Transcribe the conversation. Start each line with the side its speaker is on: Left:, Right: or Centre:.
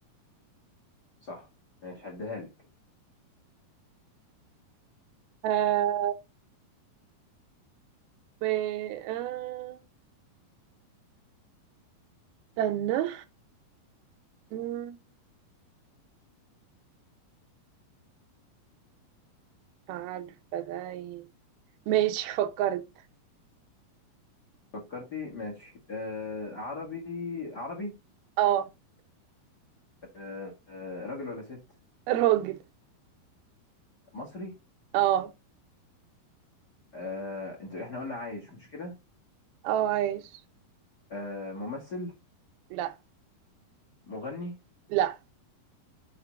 Left: صح ماشي هديها لك
Right: آه و آه استنى مم، عارفه ده ايه ماشي فكرت
Left: فكرتي ماشي آه عربي عربي
Right: اه
Left: آه آه، راجل ولا ست
Right: راجل
Left: مصري
Right: اه
Left: آه انت احنا قلنا عايش مش كده
Right: اه عايش
Left: آه ممثل
Right: لا
Left: مغني
Right: لا